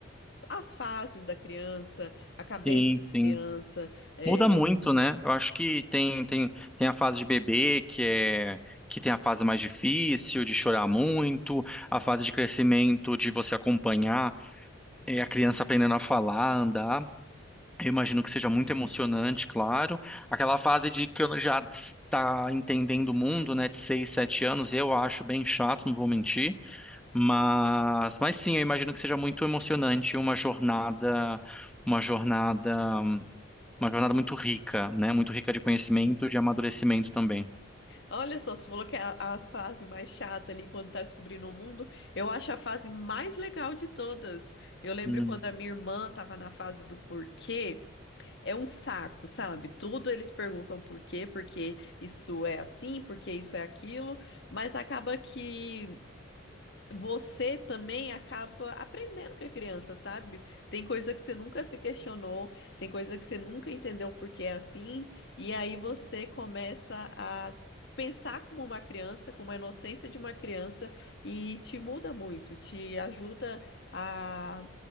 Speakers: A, on the left; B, in the centre.
A: as fases da criança, a cabeça
B: Sim,
A: da
B: sim.
A: criança. é,
B: Muda muito, né? Eu acho que tem, tem, tem a fase de bebê, que é que tem a fase mais difícil, de chorar muito, a fase de crescimento, de você acompanhar é, a criança aprendendo a falar, andar. Eu imagino que seja muito emocionante, claro. Aquela fase de que eu já está entendendo o mundo, né, de seis, sete anos, eu acho bem chato, não vou mentir. Mas, mas sim, eu imagino que seja muito emocionante uma jornada, uma jornada. Uma jornada muito rica, né? Muito rica de conhecimento, de amadurecimento também.
A: Olha só, você falou que é a, a fase mais chata ali quando tá descobrindo o mundo. Eu acho a fase mais legal de todas. Eu lembro
B: Hum,
A: quando a minha irmã tava na fase do porquê. É um saco, sabe? Tudo eles perguntam por quê, porque isso é assim, porque isso é aquilo, mas acaba que você também acaba aprendendo com a criança, sabe? Tem coisa que você nunca se questionou, tem coisa que você nunca entendeu por que é assim, e aí você começa a pensar como uma criança, com uma inocência de uma criança, e te muda muito, te ajuda a